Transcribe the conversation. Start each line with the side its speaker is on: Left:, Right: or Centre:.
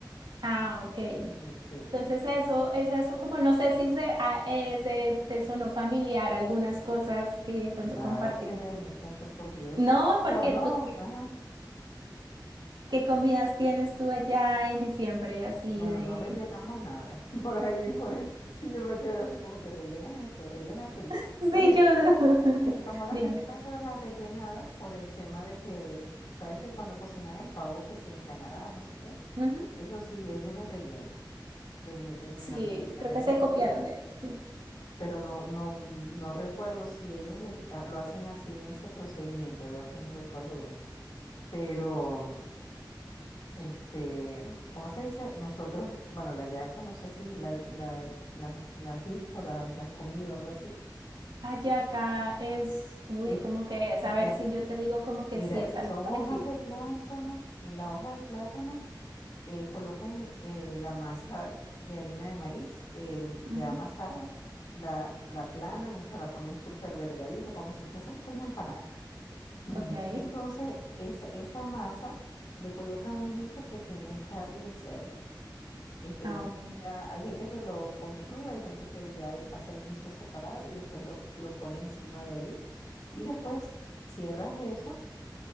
Right: ah, ok.
Left: Ujú, sí.
Right: Entonces eso, es eso como, no sé si se, a- eh, se te sonó familiar algunas cosas que de pronto
Left: Nada
Right: compartimos.
Left: que ver, muchacho, por Dios.
Right: No,
Left: O
Right: porque
Left: sea, no,
Right: tú, ¿qué,
Left: ajá.
Right: qué comidas tienes tú allá en diciembre así
Left: Bueno,
Right: de...
Left: no rellenamos nada. <laughs> Por ahí, por ahí, sí, yo me quedé así como que rellenan esto, rellenan aquello.
Right: <laughs>
Left: Oye,
Right: Sí, yo...
Left: me
Right: <laughs>
Left: llamó la
Right: Dime.
Left: atención eso de la rellenada por el tema de que, sabes que cuando cocinan el pavo, que si en Canadá, no sé qué,
Right: Ujú.
Left: eso sí, ellos lo rellenan. Le meten
Right: Sí,
Left: algo allá
Right: yo
Left: adentro,
Right: creo que se copiaron
Left: pero,
Right: de ahí, sí.
Left: pero no, no, no recuerdo si ellos le qui- ah, lo hacen así en ese procedimiento, de verdad que no recuerdo bien. Pero. Este, ¿cómo se dice? Nosotros, bueno, la yaca, no sé si la, la, la- la has visto, la, la has comido, algo así.
Right: Ayaca es, uy,
Left: Eh,
Right: ¿cómo que es?
Left: mira,
Right: A ver si yo te digo como que
Left: mira,
Right: sí es algo
Left: son
Right: parecido.
Left: hojas de plátano. En la hoja de plátano eh, colocan eh, la masa de harina de maíz eh, ya
Right: Ujú.
Left: amasada, la, la aplanan, o sea, la ponen súper delgadita, como si fuese a hacer una empanada. <clears throat> Ujú.
Right: Ok.
Left: Entonces, esa, esa masa le colocan un guiso que tiene carne y cerdo. Este,
Right: Ah,
Left: el guiso
Right: ok.
Left: ya, hay gente que lo pone crudo, hay gente que ya hace el guiso separado y después lo, lo pone encima de allí. Y después cierras eso,